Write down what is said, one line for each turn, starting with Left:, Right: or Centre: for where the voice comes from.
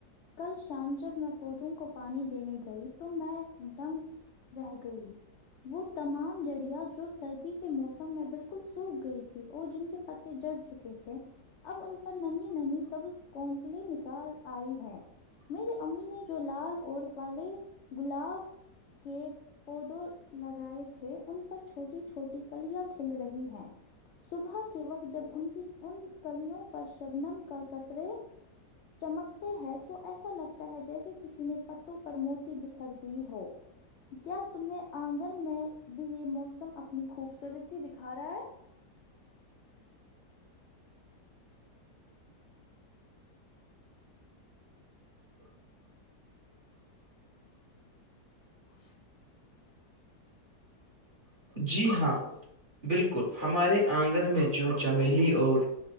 Left: کل شام جب میں پودوں کو پانی دینے گئی تو میں ڈنگ رہ گئی وہ تمام جڑیا جو جو سردی کے موسم میں بالکل سوکھ گئی تھی اور جن کے پتے جڑ چکے تھے اب ان پر ن ننی سبز کومپلی نکال آئی ہے <unintelligible> میری امی نے جو لال اور پالے گلاب کے پودوں لگائے تھے ان پر چھوٹی چھوٹی کلیاں کھل رہی ہیں صبح کے وقت جب ان کی ان کلیوں پر شبنم کا قطرے چمکتے ہیں تو ایسا لگتا ہے جیسے کسی نے پتوں پر موتی بک کرتی ہو کیا تمہیں آنگن میں بھی یہ موسم اپنی خوب سرتی دکھا رہا ہے
Right: <inaudible>
Left: ا <inaudible>
Right: جی ہاں بالکل ہمارے آنگن میں جو چمیلی اور